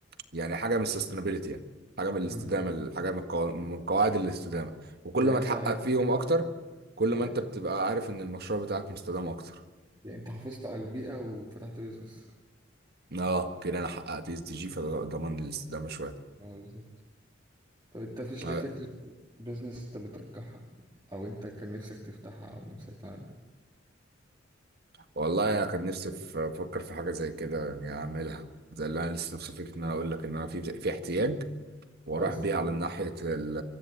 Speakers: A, on the right; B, on the right.
A: يعني حاجه من السستينابيلتي يعني حاجه من الاستدامه
B: مم.
A: حاجه من القوا- من قواعد الاستدامه وكل
B: يعني
A: ما
B: انت
A: تحقق
B: عارف
A: فيهم اكتر كل
B: آه،
A: ما انت بتبقى عارف ان المشروع بتاعك مستدام اكتر
B: يعني انت حافظت على البيئه وفتحت بيزنس
A: اه كده انا حققت اس دي جي فضمان الاستدامه شويه
B: آه، بالظبط طب انت مفيش اي
A: آه،
B: فكره بيزنس انت بترجحها او انت كان نفسك تفتحها او نفسك تعملها
A: والله انا كان نفسي في- افكر في حاجه زي كده يعني اعملها زي اللي انا لسه نفسي فيك ان انا اقول لك ان انا في في احتياج واروح
B: مش عايز
A: بيه على
B: مم.
A: ناحيه ال-